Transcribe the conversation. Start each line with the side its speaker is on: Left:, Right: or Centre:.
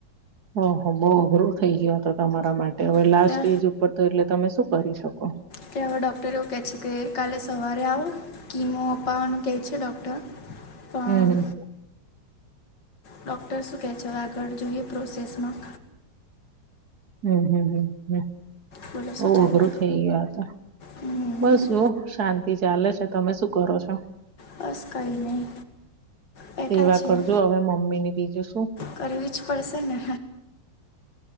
Right: હ હ બઉ અઘરું થઇ ગયુ આતો તમારા માટે હવે લાસ્ટ
Left: એટલે
Right: સ્ટેજ ઉ તો તો એટલે તમે શું કરી શકો?
Left: કે અવે ડૉક્ટર એવું કે છે કે કાલે સવારે આવો કિમો અપાવાનું કહે છે ડૉક્ટર પણ
Right: હમ, હમ.
Left: ડૉક્ટર શું કહે છે હવે આગળ જોઈએ પ્રોસેસમાં.
Right: હમ્મ હમ્મ હમ્મ હમ્મ.
Left: બોલો
Right: બોહ
Left: શું ચાલે
Right: અઘરું થઈ ગયુ આ તો.
Left: હમ
Right: બસ જુઓ શાં તિ ચાલે છે તમે શું કરો છો?
Left: બસ કંઈ નહીં બેઠા
Right: સેવા
Left: છીએ
Right: કરજો હવે મમ્મી ની બીજું શું.
Left: કરવી જ પડશે ને.